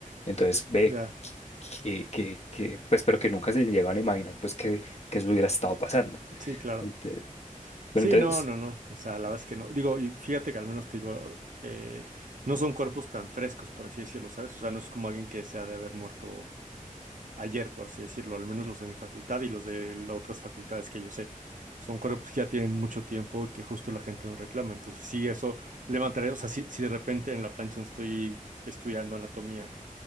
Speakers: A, on the left (about 50°); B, on the right (about 65°).
A: Entonces ve
B: ya.
A: que, que, que, pues, pero que nunca se llegaban a imaginar pues que, que eso hubiera estado pasando.
B: Sí, claro.
A: Ente- bueno,
B: Sí,
A: entonces,
B: no, no, no. O sea, la verdad es que no. Digo, y fíjate que al menos te digo, eh, no son cuerpos tan frescos, por así decirlo, ¿sabes? O sea, no es como alguien que se ha de haber muerto. ayer, por así decirlo, al menos los de mi facultad y los de las otras facultades que yo sé. Son cuerpos que ya tienen mucho tiempo y que justo la gente no reclama. Entonces, sí, eso levantaría, o sea, si, si de repente en la plancha donde estoy estudiando anatomía,